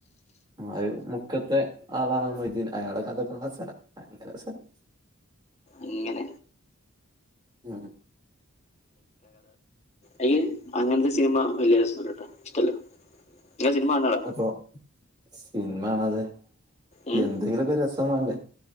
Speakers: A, on the right (about 20°); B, on the left (about 30°).
A: അഹ് മുക്കത്തെ ആളാണ് മൊയ്തീൻ അയാള കഥൊക്കള്ള സ്ഥലം അനെ സ്ഥലം
B: അങ്ങനെ
A: ആഹ <inaudible>
B: അയ്ൻ അങ്ങനത്തെ സിനിമ <unintelligible> ഞാ സിനിമകണ്ടതാ
A: അപ്പൊ സിനിമ ആണത്
B: ഉം.
A: എന്തെങ്കിലൊക്കെ രസം വെണ്ടേ?